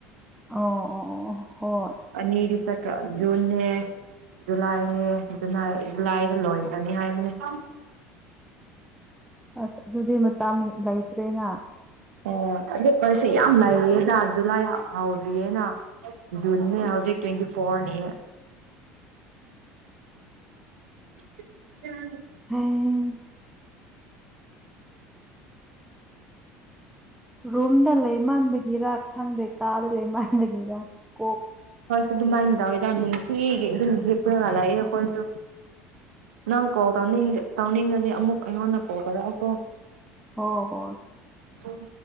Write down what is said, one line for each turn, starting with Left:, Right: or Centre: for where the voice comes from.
Centre: ꯑ ꯑꯣ ꯍꯣꯏ
Right: ꯑꯅꯤꯗꯤ ꯖꯨꯟꯅꯦ ꯖꯨꯂꯥꯏꯅꯦꯖ ꯖꯨꯂꯥꯏꯗ ꯂꯣꯏꯀꯅꯤ ꯍꯥꯏꯕꯅꯤ
Centre: ꯑꯁ ꯑꯗꯨꯗꯤ ꯃꯇꯥ ꯂꯩꯇ꯭ꯔꯦꯅ
Right: ꯑꯣ ꯑꯗꯨ ꯁꯤ ꯌꯥꯝ ꯂꯩꯔꯤꯌꯦꯖꯥ ꯖꯨꯂꯥꯏ ꯍꯧꯗ꯭ꯔꯤꯌꯦꯅ ꯖꯨꯟꯅꯦ ꯍꯧꯖꯤꯛ ꯇ꯭ꯋꯦꯟꯇꯤ ꯐꯣꯔꯅꯤ <inaudible> ꯆꯥꯡ
Centre: ꯍꯩ ꯔꯨꯝꯨꯝꯗ ꯂꯩ ꯃꯟꯕꯒꯤꯔ ꯑ ꯈꯪꯗ ꯀꯥꯗ ꯂꯩ ꯃꯟꯕꯒꯦꯔ ꯀꯣ
Right: ꯐꯣꯏꯁ ꯇꯃꯥꯏꯟ ꯌꯥꯝꯅꯤꯡ ꯊꯒꯦ ꯏ ꯑꯗꯨ ꯄꯨꯔꯒ ꯂꯑ ꯑꯩꯈꯣꯏꯁꯨ ꯅꯪ ꯀꯒꯅꯤ ꯇꯧꯅꯤꯡꯉꯗꯤ ꯑꯃꯨꯛ ꯑꯩꯉꯣꯟꯗ ꯀꯣ ꯇꯔꯛꯎꯀꯣ
Centre: ꯍ ꯍꯣꯏ
Right: ꯑꯣ